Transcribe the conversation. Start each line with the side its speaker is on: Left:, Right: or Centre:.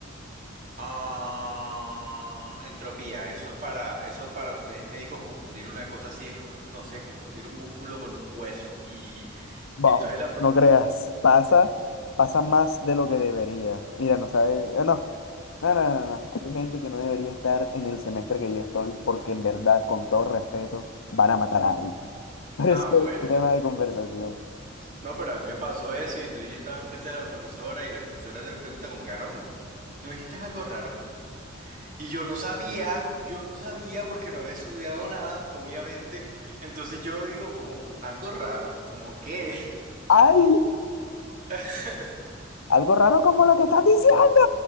Right: ah, entropía. Eso es para, eso para ustedes médicos confundir una cosa así es, no, no sé, confundir un músculo con un hueso. Y, y
Left: Va,
Right: entonces la... pro-
Left: no creas. Pasa, pasa más de lo que debería. Mira, no sabe. eh, No, no, no, no, no. Hay gente que no debería estar en el semestre que yo estoy porque en verdad, con todo respeto, van a matar a alguien. <laughs> Pero
Right: Ah,
Left: ese es
Right: bueno.
Left: otro tema de conversación.
Right: No, pero a mí me pasó eso y entonces yo estaba enfrente de la profesora y la profesora te pregunta como, Carón, ¿no dijiste algo raro? Y yo no sabía, yo no sabía porque no había estudiado nada, obviamente. Entonces yo digo como, algo raro, como qué.
Left: ¡Ay!
Right: <laughs>
Left: Algo raro como lo que estás diciendo.